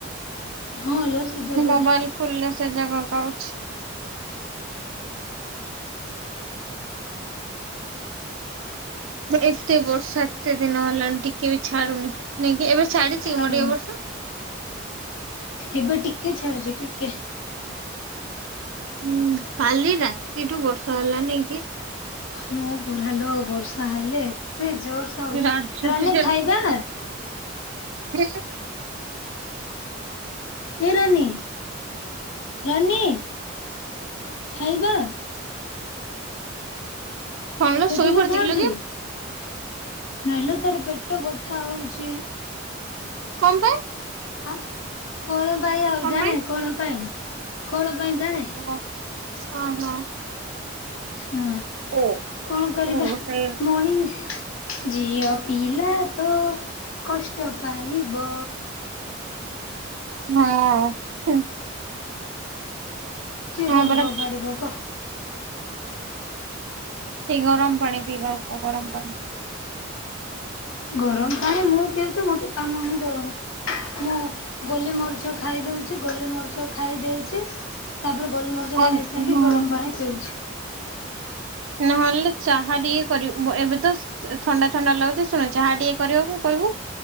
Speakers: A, on the left; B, on the right.
A: ହଁ ଲୋ। ସେ ଜାଗା
B: ମୁଁ ମୋବାଇଲ ଖୋଲିଲେ ସେ ଜାଗାକୁ ଆଉଚି। ଏତେ ବର୍ଷା ଏତେ ଦିନ ହେଲାଣି ଟିକେ ବି ଛାଡୁନି ନାଇଁ କି ଏବେ ଛାଡିଛି
A: ଛାଡୁନି
B: ମୋ ଟିକେ ବର୍ଷା।
A: ଏବେ ଟିକେ ଛାଡିଛି ଟିକେ।
B: ହୁଁ କାଲି ରାତିରୁ ବର୍ଷା ହେଲାନି କି?
A: ହଁ ପରାଲୋ ବର୍ଷା ହେଲେ ଏତେ ଜୋର ତ ହଉଚି
B: ରାଝୁଛି
A: ରାନି ଖାଇବା।
B: ହୁଁ।
A: ଏ ରାନୀ ରାନୀ ଖାଇବା।
B: କଣ ଲୋ
A: ପେଟ
B: ଶୋଇ
A: ବଥା
B: ପଡିଛି
A: ହଉଚି
B: କିଲୋ କି
A: ନାଇଁ ଲୋ ତାର ପେଟ ବଥା ହଉଚି।
B: କଣ ପାଇଁ।
A: ଆ କଣ ପାଇଁ ଆଉ
B: କଣ
A: ଜାଣେ
B: ପାଇଁ?
A: କଣ ପାଇଁ କଣ ପାଇଁ ଜାଣେ।
B: ହଁ ଓହୋ।
A: ହୁଁ
B: ଓ
A: କଣ କରିବା
B: ଓ ସେ
A: ମଣି। ଝିଅ ପିଲା ତ କଷ୍ଟ ପାଇବ।
B: ହଁ। ହୁଁ
A: କିଏ
B: ହଁ
A: କଣ
B: ପରା
A: କରିପାରିବ କହ।
B: ଟିକେ ଗରମ ପାଣି ପିଇବାକୁ କହ ଗରମ ପାଣି।
A: ଗରମ ପାଣି ମୁଁ ପିଉଚି ମତେ କାମ ହିଁ ଦଉନି। ମୁଁ ଗୋଲି ମରିଚ ଖାଇଦଉଚି ଗୋଲି ମରିଚ ଖାଇଦେଉଚି। ତାପରେ ଗୋଲ ମରିଚ
B: ଅ-
A: ଖାଇସାରିକି
B: ହଁ
A: ଗରମ ପାଣି ପିଉଚି।
B: ନହେଲେ ଚାହା ଟିକେ କରିବୁ ଏବେ ତ ଥଣ୍ଡା ଥଣ୍ଡା ଲାଗୁଚି ଶୁଣେ ଚାହା ଟିକେ କରିବାକୁୁ କହିବୁ।